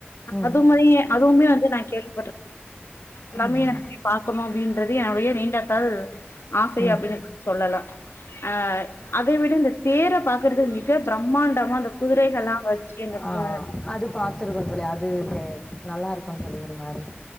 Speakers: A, on the left (about 20°); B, on the left (about 85°).
A: ம்.
B: அதுமாரியே அதுவுமே வந்து நா கேள் பட்ருக் எல்லாமே
A: ம்.
B: நா போயி பாக்கணு அப்டின்றது என்னுடைய நீண்ட கள் ஆசை
A: ம்.
B: அப்டின்னு சொல்லலா அ அதை விட இந்த தேர பாக்குறது மிக பிரம்மாண்டமா இந்த குதிரைகள்லா வச்சு அந்த
A: ஆ அ அது பாத்துருக்க தோழி அது நல்லா இருக்கு தோழி ஒரு மாரி